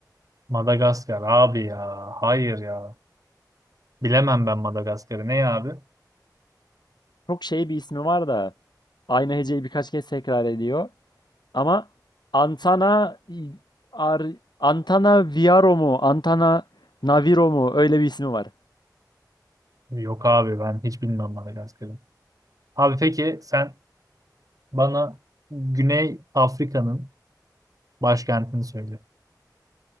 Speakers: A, on the right; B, on the left.
A: Madagaskar abi ya. Hayır ya. Bilemem ben Madagaskar'ı. Ne ya abi?
B: Çok şey bir ismi var da aynı heceyi birkaç kez tekrar ediyor. Ama Antana Ar, Antana Viaro mu? Antana Naviro mu? Öyle bir ismi var.
A: Yok abi ben hiç bilmem Madagaskar'ı. Abi peki sen bana Güney Afrika'nın başkentini söyle.